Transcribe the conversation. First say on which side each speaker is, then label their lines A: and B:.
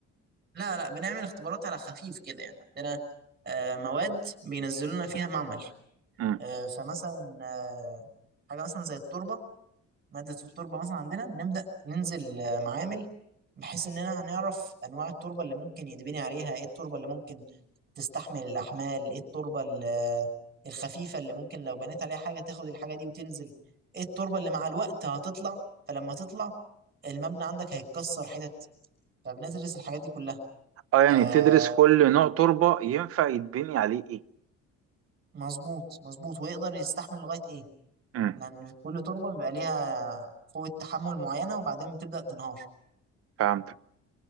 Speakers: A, on the right; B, on the right.
A: لا لا بنعمل اختبارات على خفيف كده يعني عندنا آه، مواد بينزلوا لنا فيها معمل
B: مم.
A: آه، فمثلا آه، حاجه مثلا زي التربه مادة التربة مثلا عندنا بنبدأ ننزل آه، معامل بحيث إننا هنعرف أنواع التربة اللي ممكن يتبني عليها إيه التربة اللي ممكن تستحمل الأحمال إيه التربة ال- آه، الخفيفة اللي ممكن لو بنيت عليها حاجة تاخد الحاجة دي وتنزل إيه التربة اللي مع الوقت هتطلع فلما تطلع المبنى عندك هيتكسر حتت فبندرس الحاجات دي كلها
B: اه يعني
A: آه
B: تدرس كل نوع تربة ينفع يتبني عليه ايه
A: مظبوط مظبوط ويقدر يستحمل لغاية إيه
B: مم.
A: لأن كل تربة بيبقى ليها قوة تحمل معينة وبعدين بتبدأ تنهار
B: فهمت